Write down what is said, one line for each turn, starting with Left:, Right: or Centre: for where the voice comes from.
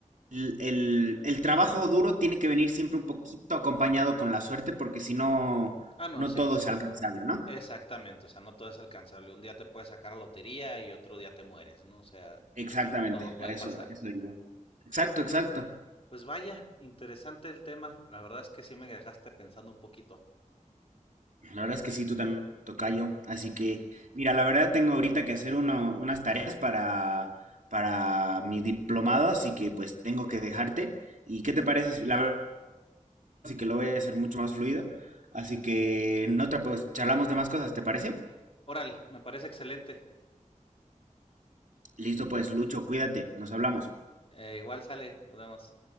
Right: el, el- el trabajo duro tiene que venir siempre un poquito acompañado con la suerte, porque si no,
Left: Ah, no,
Right: no
Left: sí,
Right: todo es alcanzable, ¿no?
Left: exactamente, o sea, no todo es alcanzable. Un día te puedes sacar a la lotería y otro día te mueres, ¿no? O sea,
Right: Exactamente,
Left: todo puede
Right: a eso,
Left: pasar.
Right: a eso digo. Exacto, exacto.
Left: Pues vaya, interesante el tema. La verdad es que sí me dejaste pensando un poquito.
Right: La verdad es que sí, tú también, tocayo. Así que, mira, la verdad tengo ahorita que hacer uno- unas tareas para, para mi diplomado, así que pues tengo que dejarte. ¿Y qué te parece? si- La verdad. y que lo voy a hacer mucho más fluido. Así que en otra, pues charlamos de más cosas, ¿te parece?
Left: Órale, me parece excelente.
Right: Listo, pues Lucho, cuídate, nos hablamos.
Left: Eh, igual sale, nos vemos.